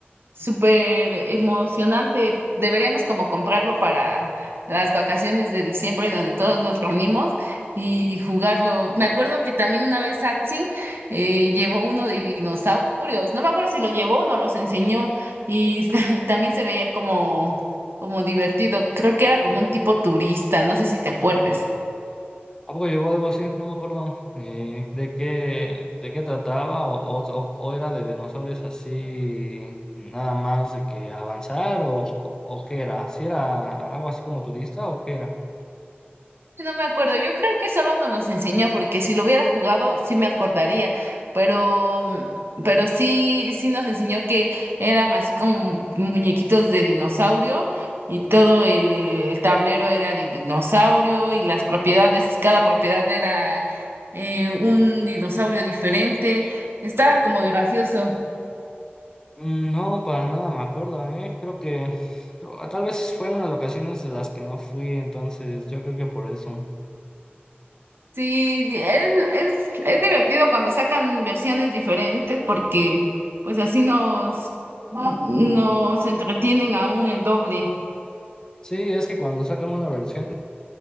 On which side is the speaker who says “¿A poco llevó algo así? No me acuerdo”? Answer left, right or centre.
Left